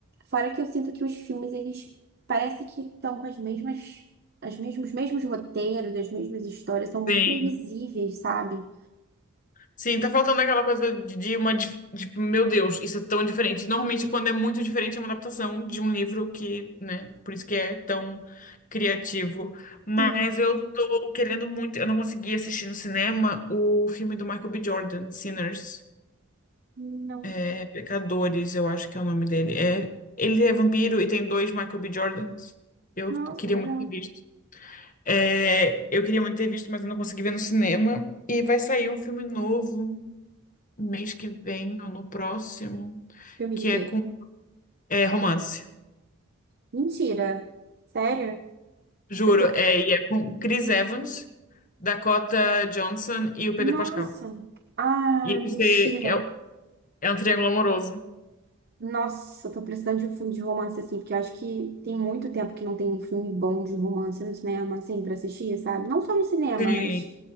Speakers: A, on the right; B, on the left.
A: fora que eu sinto que os filmes, eles parece que estão com as mesmas, as mesmos, os mesmos roteiros, as mesmas histórias, são muito
B: Sim.
A: previsíveis, sabe?
B: Sim, tá faltando aquela coisa de, de uma. dif- Tipo, meu Deus, isso é tão diferente. Normalmente, quando é muito diferente, é uma adaptação de um livro que, né, por isso que é tão criativo. Mas
A: Sim,
B: eu tô querendo muito. Eu não consegui assistir no cinema o filme do Michael B. Jordan, Sinners,
A: não.
B: é, Pecadores, eu acho que é o nome dele. É, ele é vampiro e tem dois Michael B. Jordans. Eu
A: Nossa,
B: queria
A: legal.
B: muito ter visto. É, eu queria muito ter visto, mas eu não consegui ver no cinema. E vai sair um filme novo mês que vem ou no próximo,
A: Filme
B: que
A: de quê?
B: é com é romance.
A: Mentira. Sério?
B: Juro,
A: Eu tô.
B: é, e é com Chris Evans, Dakota Johnson e o Pedro
A: Nossa.
B: Pascal.
A: Ah,
B: E
A: mentira.
B: você é, é um triângulo amoroso.
A: Nossa, eu tô precisando de um filme de romance, assim, porque eu acho que tem muito tempo que não tem um filme bom de romance no cinema, assim, pra assistir, sabe? Não só no cinema,
B: Sim,
A: mas